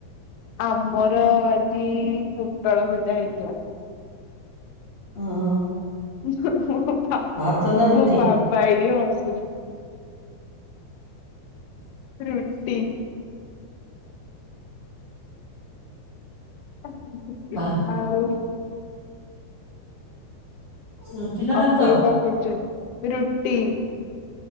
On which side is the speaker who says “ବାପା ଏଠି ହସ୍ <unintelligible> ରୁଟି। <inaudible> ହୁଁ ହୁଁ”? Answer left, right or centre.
Left